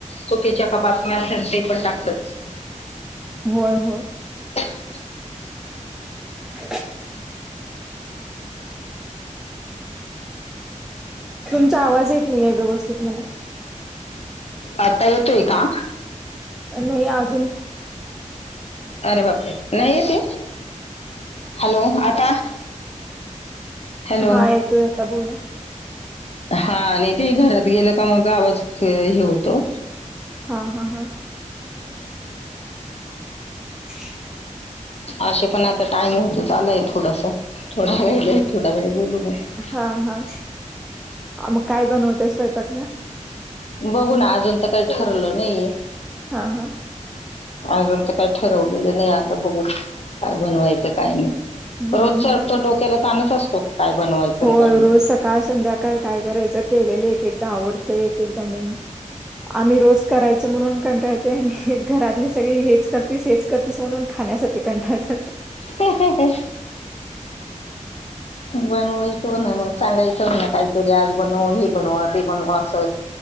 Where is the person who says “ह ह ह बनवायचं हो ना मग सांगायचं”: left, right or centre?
Left